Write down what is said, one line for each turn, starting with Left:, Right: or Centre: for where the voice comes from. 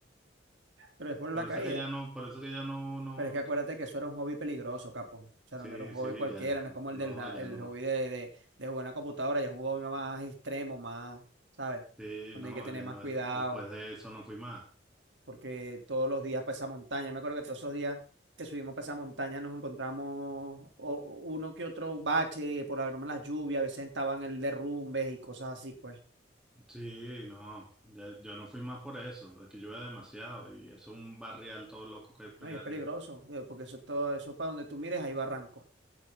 Right: Pero después
Centre: Por
Right: la
Centre: eso
Right: caída.
Centre: que ya no, por eso que ya no, no.
Right: Pero es que acuérdate que eso era un hobby peligroso, capo. O sea,
Centre: Sí,
Right: no era un hobby
Centre: sí,
Right: cualquiera,
Centre: ya.
Right: no es como
Centre: No,
Right: el del la-
Centre: ya
Right: el
Centre: no.
Right: hobby de, de, de jugar en la computadora, ya es un hobby más extremo, más, ¿sabes?
Centre: Sí,
Right: Donde
Centre: no,
Right: hay que tener
Centre: ya
Right: más
Centre: no.
Right: cuidado.
Centre: Después de eso no fui más.
Right: porque todos los días para esa montaña, me acuerdo que todos esos días que subimos para esa montaña nos encontramos o- uno que otro bache, eh, por haber las lluvias, a veces estaban el derrumbe y cosas así, pues.
Centre: Sí, no, ya- yo no fui más por eso, aquí llueve demasiado y eso es un barrial todo loco que hay por
Right: No,
Centre: allá
Right: y es
Centre: arriba.
Right: peligroso, eh, porque eso todo, eso para donde tú mires, hay barrancos.